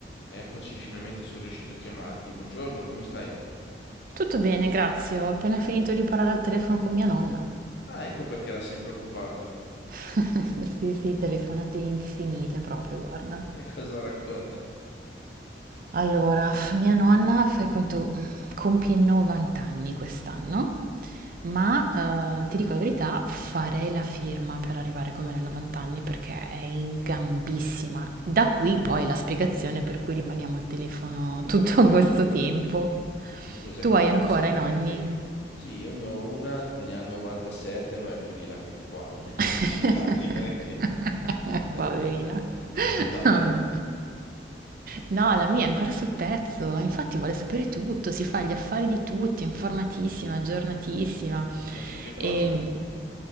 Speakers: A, on the left; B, on the right.
A: Eccoci, finalmente sono riuscito a chiamarti. Buongiorno, come stai?
B: Tutto bene, grazie. Ho appena finito di parlare al telefono con mia nonna.
A: Ah, ecco perché era sempre occupato.
B: <laughs> Sì, sì, telefonate infinite proprio, guarda.
A: <laughs> E cosa racconta?
B: Allora, mia nonna, fai conto, compie 90 anni quest'anno, ma eh, ti dico la verità, farei la firma per arrivare come lei a 90 anni perché è in gambissima. Da qui poi la spiegazione per cui rimaniamo al telefono tutto questo tempo.
A: Ma cos'è
B: Tu
A: che
B: hai
A: vuole
B: ancora
A: sapere?
B: i nonni?
A: Gli devi... Sì, io ne ho una, ne ha 97, ma è più di là che di qua. <laughs> Non
B: <laughs>
A: è che ci parli granché. <laughs>
B: Poverina.
A: E vabbè.
B: Vabbè. No, la mia è ancora sul pezzo, infatti vuole sapere tutto, si fa gli affari di tutti, è informatissima, aggiornatissima.
A: Ma su che cosa?
B: E,